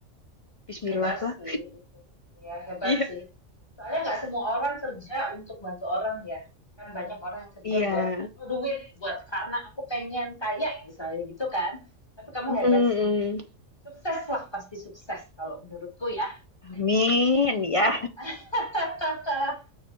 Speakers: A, on the left; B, on the left.
A: Bismillah
B: Hebat
A: lah.
B: sih itu. ya hebat
A: Iya.
B: sih. Soalnya nggak semua orang kerja untuk bantu orang ya. Kan banyak orang yang kerja
A: Iya.
B: buat "Oh, duit, buat karena aku pengen kaya misalnya gitu kan. Tapi kamu
A: Mm, mm,
B: hebat sih.
A: mm.
B: Sukses lah, pasti sukses kalau menurutku ya.
A: Amin ya.
B: <laughs>